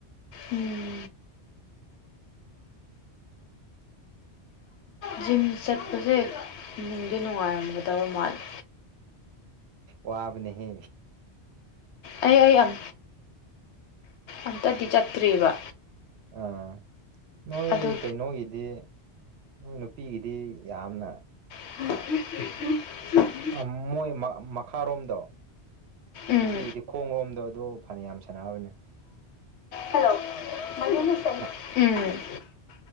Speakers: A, on the left; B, on the right.
A: ꯎꯝ <unintelligible> ꯖꯤꯝ ꯆꯠꯄꯖ‌ꯦ ꯅꯨꯡꯗꯤ ꯅꯨꯡꯉꯥꯏꯔꯝꯒꯗꯕ ꯃꯥꯜꯂꯤ
B: ꯋꯥꯕ ꯅꯦꯍꯦ
A: ꯑꯩ ꯑꯩ ꯑꯝ ꯑꯝꯇꯗꯤ ꯆꯠꯇ꯭ꯔꯤꯕ
B: ꯑ ꯅꯣꯏ
A: ꯑꯗꯨ
B: ꯀꯩ ꯅꯣꯒꯤ ꯗꯤ ꯅꯣꯏ ꯅꯨꯄꯤꯒꯤꯗꯤ ꯌꯥꯝꯅ
A: <unintelligible>
B: ꯑꯥ ꯃꯣꯏ ꯃ ꯃꯈꯥꯔꯣꯝꯗꯣ
A: ꯎꯝ
B: ꯅꯨꯄꯤꯗꯤ ꯈꯣꯡ ꯂꯣꯝꯗꯣ ꯑꯗꯨ ꯐꯅꯌꯥꯝ ꯁꯥꯟꯅꯕꯅꯦ
A: ꯍꯂꯣ <unintelligible>
B: ꯃ
A: ꯎꯝ